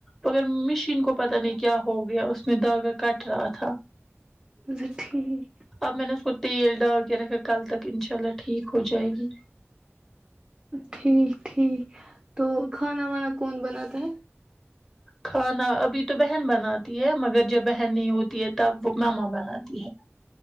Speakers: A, in the centre; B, on the right.
A: مگر مشین کو پتا نہیں کیا ہو گیا اس میں داگا کٹ رہا تھا
B: اچھا ٹھیک
A: اب میں نے اس کو تیل ڈال کے رکھا کل تک انشاء اللہ ٹھیک ہو جائے گی
B: ٹھیک ٹھیک تو کھانا وانا کون بناتا ہے
A: کھانا ابھی تو بہن بناتی ہے مگر جب بہن نہیں ہوتی ہے تب وہ ماما بناتی ہے